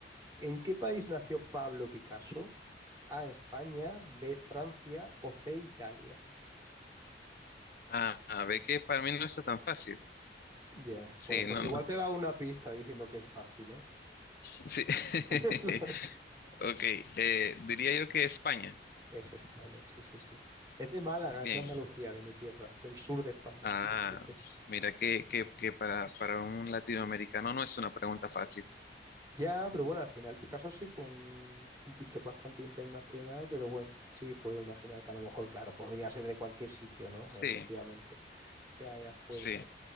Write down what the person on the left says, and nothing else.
Ah, ah, ve que para mí no está tan fácil.
Sí,
no,
No. no.
Sí. <laughs>
Ok, eh, diría yo que España.
Bien.
Ah,
mira que, que, que para, para un latinoamericano no es una pregunta fácil.
Sí,
sí.